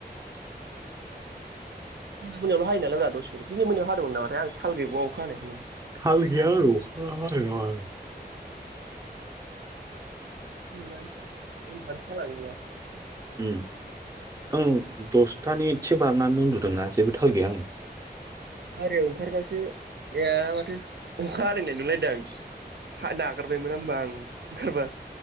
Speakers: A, on the right; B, on the right.
A: <inaudible> मोना मोनायावल' हायो नालायब्रा दसे दिनै मोनायाव हादोंमोन नामाथाय आं थाल गैबावा अखा हानायखौनो।
B: थाल गैया आङो अखा हादोंना मादों।
A: उन्दुनानै उन्दुनानै थालानो गैया
B: उम। ओं दसथानि एदसे बारनानै उन्दुदोंना जेबो थाल गैया आङो।
A: बाहेरायाव ओंखारबासो ए माथो अखा हादों नोंलाय लायदों आं। हा नागारबायमोन होमबा आं ओंखारबा।